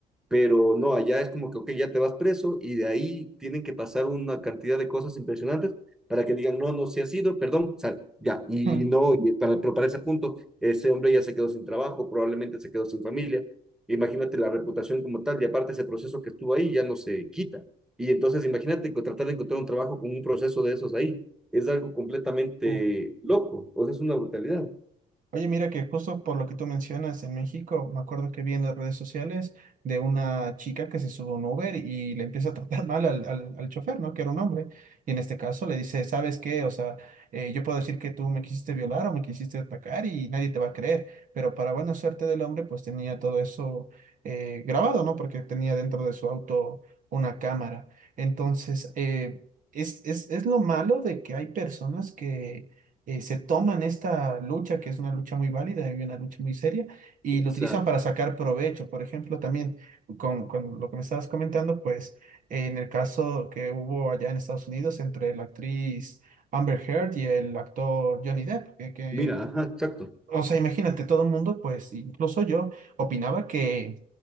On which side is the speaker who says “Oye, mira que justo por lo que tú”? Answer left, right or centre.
Right